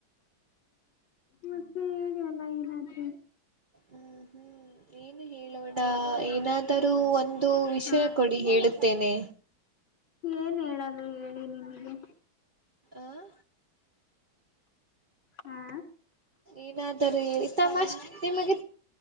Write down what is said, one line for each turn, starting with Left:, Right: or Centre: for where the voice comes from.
Left: ಮತ್ತೆ ಹೇಳಿ ಅಲ್ಲಾ ಏನಾದ್ರು
Right: ಹ್ಮ್ ಹ್ಮ್ ಏನು ಹೇಳೋಣ ಏನಾದ್ ತರವನ್ ತು ವಿಷಯ
Left: ಹಾ
Right: ಕೊಡಿ ಹೇಳುತ್ತೇನೆ.
Left: ಏನ್ ಹೇಳದು ಹೇಳಿ ನಿಮಗೆ.
Right: ಆ
Left: ಹಾ
Right: ಏನಾದರು ಈತಮ್ಮಷ್ ನಿಮಗ